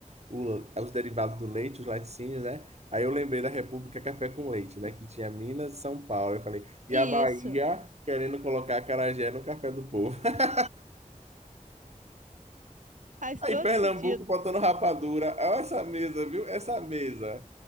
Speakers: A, on the right; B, on the right.
A: o- o- os derivados do leite, os laticínios, né? Aí eu lembrei da República Café com Leite, né? Que tinha Minas e São Paulo. Eu falei, e
B: Isso,
A: a Bahia querendo colocar acarajé no café do povo. <laughs>
B: faz
A: Aí
B: todo
A: Pernambuco
B: sentido.
A: botando rapadura. Olha essa mesa, viu? Essa mesa.